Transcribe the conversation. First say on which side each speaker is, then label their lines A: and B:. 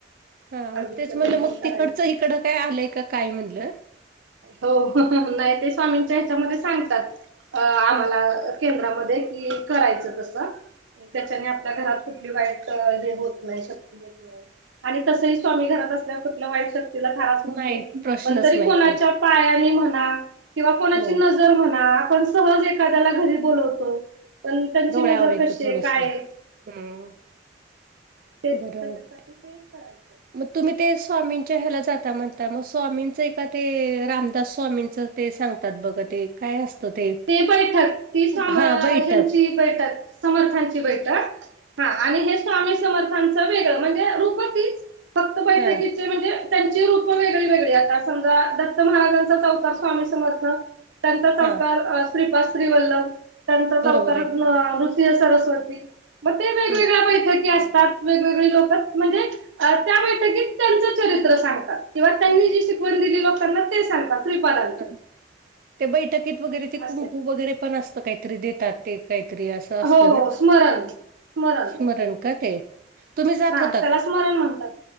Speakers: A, on the right (about 50°); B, on the right (about 80°).
A: हा म
B: हळदीच लेपन
A: म्हनलं मग
B: करायचं.
A: तिकडचं इकडं काय आलंय काय म्हणलं
B: हो नाही ते स्वामींच्या ह्याच्यामध्ये सांगतात अ आम्हाला
A: हा
B: केंद्रामध्ये कि करायचं तसं. त्याच्याने आपल्या घरात कुठली वाईट हे होत नाही शक्ती येत आणि तसही स्वामी घरात असल्यावर कुठल्या वाईट शक्तीला थाराच नसतो.
A: नाही प्रश्नच
B: पण तरी
A: नाही
B: कोणाच्या
A: तो.
B: पायांनी म्हणा किंवा कोणाची
A: हो
B: नजर म्हणा आपण, सहज एखाद्याला घरी बोलवतो. पण त्यांची
A: डोळ्यावर
B: नजर
A: येतं
B: कशी
A: थोडसं.
B: आहे काय?
A: हम्म.
B: ते
A: बरोबर.
B: त्याच्यासाठी ते करायचं
A: मग तुम्ही ते स्वामींच्या ह्याला जाता म्हणता मग स्वामींचं ए का ते रामदास स्वामींचं. ते सांगतात बघ ते काय असतं ते.
B: ते बैठक ती समा्यांची
A: हा बैठक
B: बैठक समर्थांची बैठक. हा आणि हे स्वामी समर्थांचं वेगळ म्हणजे रूप तिच फक्त. बैठकीचे
A: हा....
B: म्हणजे त्यांची रूप वेगळी वेगळी आता समजा दत्त महाराजांचा चवकार स्वामी समर्थ. त्यांचा चवकार
A: हा
B: श्रीपाद श्री वल्लम त्यांचा
A: बरोबर
B: चवकार.
A: आहे.
B: सरस्वती मग ते वेगवेगळ्या
A: हम्म.
B: बैठकी असतात वेगवेगळी लोक म्हणजे. त्या बैठकीत त्यांचं चरित्र सांगतात किंवा त्यांनी जी शिकवण दिली लोकांना ते सांगतात श्रीपादाच.
A: ते बैठकीत वगैरे ते
B: असं
A: कुंकू
B: आहे.
A: वगैरे पण असत काहीतरी देतात ते काहीतरी अस. असत
B: हो
A: ना
B: हो स्मरण स्मरण
A: स्मरण का ते. तुम्ही जात
B: हा
A: होता
B: त्याला
A: का?
B: स्मरण म्हणतात.